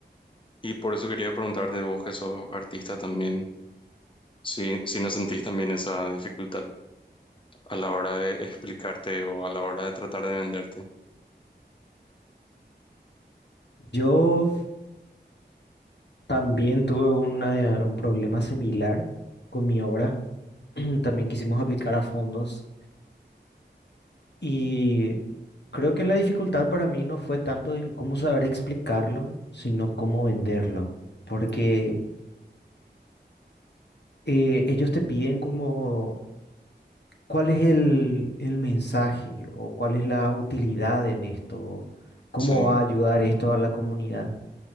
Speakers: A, on the left (about 30°); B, on the left (about 70°).
A: Y por eso quería preguntarte, vos que sos artista también. Sí, sí no sentís también esa dificultad a la hora de explicarte o a la hora de tratar de venderte.
B: Yo también tuve una- un problema similar con mi obra. <clears throat> También quisimos aplicar a fondos y creo que la dificultad para mí no fue tanto en cómo saber explicarlo, sino cómo venderlo. Porque eh, ellos te piden como cuál es el, el mensaje o cuál es la utilidad en esto, cómo
A: Sí,
B: va a ayudar esto a la comunidad.